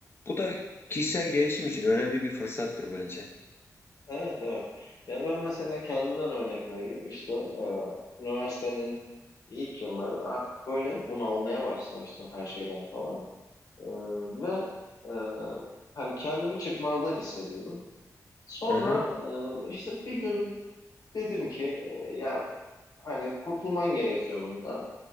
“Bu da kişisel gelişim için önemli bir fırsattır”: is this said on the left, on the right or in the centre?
Left